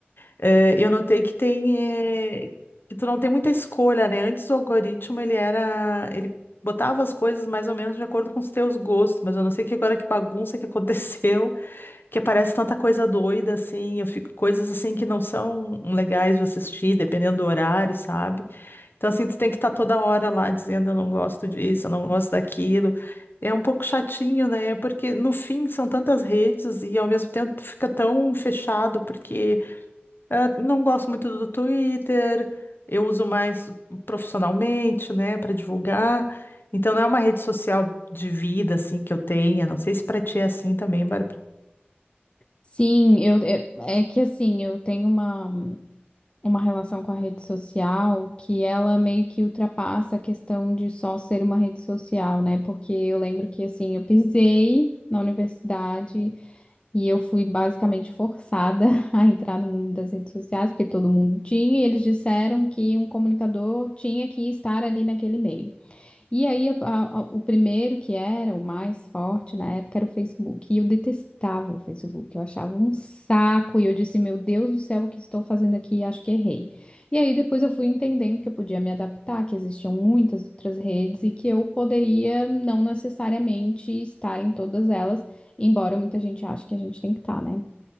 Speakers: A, on the left (about 60°); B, on the left (about 25°).
A: É, eu notei que tem, é, que tu não tem muita escolha, né? Antes o algoritmo ele era, ele botava as coisas mais ou menos de acordo com os teus gostos, mas eu não sei que agora que bagunça que aconteceu, <laughs> que aparece tanta coisa doida assim, eu fico coisas assim que não são legais de assistir, dependendo do horário, sabe? Então assim, tu tem que estar toda hora lá dizendo eu não gosto disso, eu não gosto daquilo. É um pouco chatinho, né? Porque no fim são tantas redes e ao mesmo tempo tu fica tão fechado porque ah, não gosto muito do Twitter, eu uso mais profissionalmente, né, para divulgar. Então não é uma rede social de vida assim que eu tenha. Não sei se para ti é assim também, Bárbara.
B: Sim, eu é, é que assim, eu tenho uma uma relação com a rede social que ela meio que ultrapassa a questão de só ser uma rede social, né? Porque eu lembro que assim, eu pisei na universidade e eu fui basicamente forçada <laughs> a entrar no mundo das redes sociais, porque todo mundo tinha, e eles disseram que um comunicador tinha que estar ali naquele meio. E aí, a- a- o primeiro que era o mais forte na época era o Facebook. E eu detestava o Facebook. Eu achava um saco. E eu disse, meu Deus do céu, o que estou fazendo aqui? Acho que errei. E aí, depois eu fui entendendo que eu podia me adaptar, que existiam muitas outras redes e que eu poderia não necessariamente estar em todas elas, embora muita gente ache que a gente tem que estar, né?